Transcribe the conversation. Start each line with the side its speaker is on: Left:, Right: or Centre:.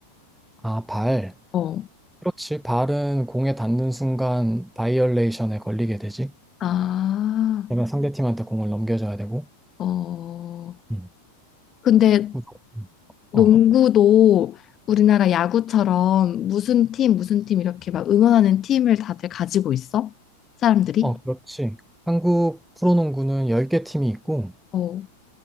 Centre: 아, 발.
Left: 어,
Centre: 그렇지. 발은 공에 닿는 순간 바이올레이션에 걸리게 되지.
Left: 아,
Centre: 그러면 상대팀한테 공을 넘겨줘야 되고.
Left: 어.
Centre: 음.
Left: 근데
Centre: 무조건.
Left: 농구도
Centre: 어.
Left: 우리나라 야구처럼 무슨 팀, 무슨 팀 이렇게 막 응원하는 팀을 다들 가지고 있어? 사람들이?
Centre: 어, 그렇지. 한국 프로농구는 10개 팀이 있고,
Left: 어.